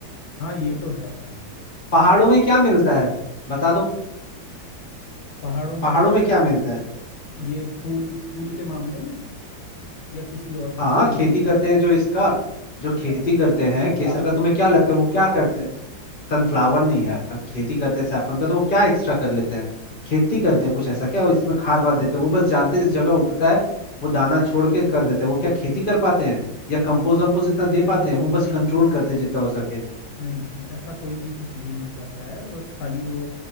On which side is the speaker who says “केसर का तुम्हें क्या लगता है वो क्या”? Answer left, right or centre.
Left